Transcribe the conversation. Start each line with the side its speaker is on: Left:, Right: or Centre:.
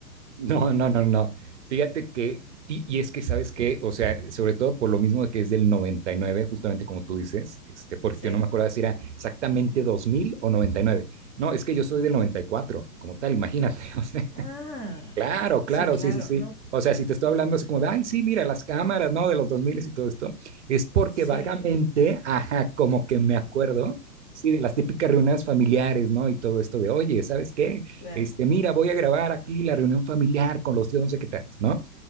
Right: No, no, no, no. Fíjate que, y, y es que sabes que, o sea, sobre todo por lo mismo de que es del 99, justamente como tú dices, este, porque
Left: ¿sí?
Right: yo no me acordaba si era exactamente 2000 o 99. No, es que yo soy del 94 como tal, imagínate. <laughs> O sea,
Left: Ah,
Right: Claro, claro,
Left: sí, claro,
Right: sí, sí, sí.
Left: no,
Right: O sea, si te estoy hablando así como de, ay, sí, mira, las cámaras, ¿no? De los 2000 y todo esto, es porque
Left: sí,
Right: vagamente, ajá, como que me acuerdo, sí, de las típicas reuniones familiares, ¿no? Y todo esto de, oye, ¿sabes qué?
Left: claro.
Right: Este, mira, voy a grabar aquí la reunión familiar con los tíos, no sé qué tanto, ¿no?